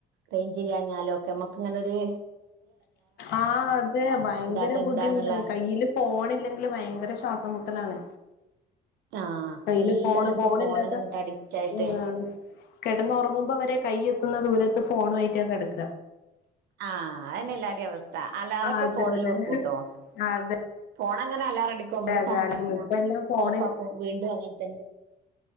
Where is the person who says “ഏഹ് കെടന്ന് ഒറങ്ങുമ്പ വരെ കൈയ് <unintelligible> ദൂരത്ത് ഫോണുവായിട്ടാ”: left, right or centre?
Left